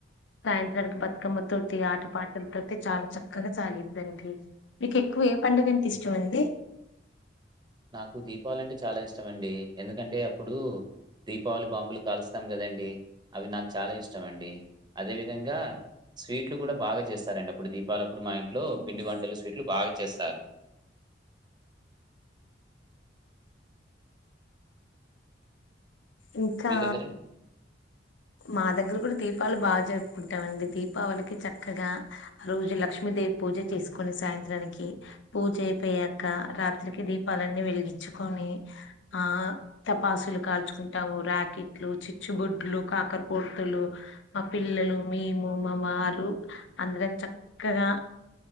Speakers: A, on the left; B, on the right.
A: సాయంత్రానికి బతుకమ్మతోటి ఆట పాటలతోటి చాలా చక్కగ సాగిదండి మీకు ఎక్కువ ఏ పండుగ అంటే ఇష్టం అండి
B: నాకు దీపావళి అంటే చాలా ఇష్టం అండి ఎందుకంటే అప్పుడు దీపావళి బాంబులు కలుస్తాం గదండి అవి నాకు చాలా ఇష్టం అండి అదే విధంగా స్వీట్లు కూడ బాగా చేస్తారండి అప్పుడు దీపావళప్పుడు మా ఇంట్లో పిండి వంటలు స్వీట్లు బాగా చేస్తరు
A: ఇంకా
B: మీ దగ్గరండి?
A: మా దగ్గర కూడా దీపాలి బాగా జరుపుకుంటమండి దీపావళికి చక్కగా ఆ రోజు లక్ష్మీదేవి పూజ చేసుకొని సాయంత్రానికి పూజ అయిపోయాక రాత్రికి దీపాలన్నీ వెలిగించుకొని ఆ టపాసులు కాల్చుకుంటాము రాకిట్లు చిచ్చుబుడ్లు కా కురపు ఒత్తులు మా పిల్లలు మేము మా వారు అందరం చక్కగా